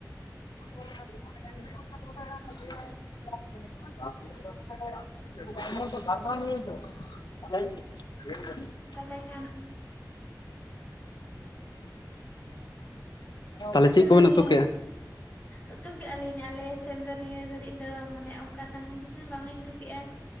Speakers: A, on the left; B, on the left.
A: <inaudible>
B: ᱦᱩᱸ ᱛᱚ
A: <inaudible>
B: ᱛᱟᱦᱮᱞᱮ ᱠᱷᱟᱱ
A: ᱛᱟᱷᱞᱮ
B: ᱟᱯᱮ
A: ᱪᱤᱜ
B: ᱥᱮᱱ
A: ᱠᱚᱵᱮᱱ
B: ᱫᱚ ᱱᱤᱭᱟᱹ
A: ᱩᱛᱩ ᱠᱮᱜᱼᱟ?
B: ᱩᱛᱩ ᱠᱮᱜᱟ ᱞᱤᱧ ᱟᱞᱮᱥᱮᱱ ᱫᱚ ᱱᱤᱭᱟᱹ ᱜᱷᱟᱹᱲᱤᱡ ᱫᱚ ᱢᱟᱱᱮ ᱚᱱᱠᱟ ᱛᱮᱢᱚᱱ ᱠᱤᱪᱷᱩ ᱫᱚ ᱵᱟᱝᱞᱤᱧ ᱩᱛᱩ ᱠᱮᱜᱼᱟ